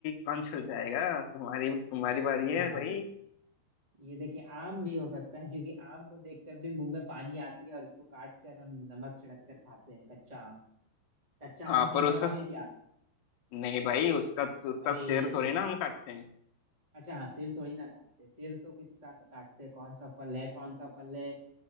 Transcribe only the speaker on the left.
कौन सुलझाएगा जाएगा तुम्हारी तुम्हारी
बारी है
भाई
हाँ
पर
उसका स-
नहीं भाई उसका उसका
सिर थोड़ी ना हम काटते हैं